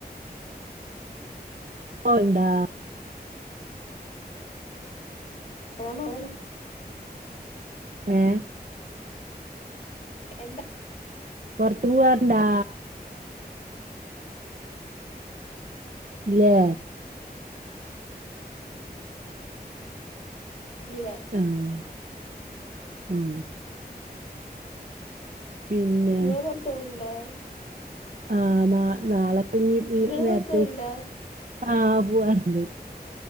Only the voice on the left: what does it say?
ഏഹ് മഴേണ്
എന്താ
ഇല്ല
ഇങ്ങൾ പൊർത്ത് പോവല്ണ്ടോ
നിങ്ങള്
പുറത്ത് പോവലുണ്ടോ